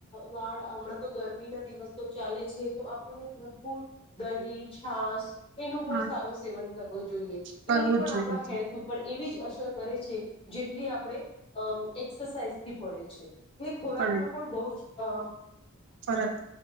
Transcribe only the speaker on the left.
વા હમણાં તો ગરમી ના દિવસો ચાલે છે તો આપણને ભરપૂર દહી છાસ એનું પણ
સારો સેવન કરવો જોઈએ
એની પણ
આપણા
હેલ્થ ઉપર એવી જ કરે છે જેટલી આપણે અ એક્સરસાઇઝથી પડે છે એટલે ખોરાક
નો હા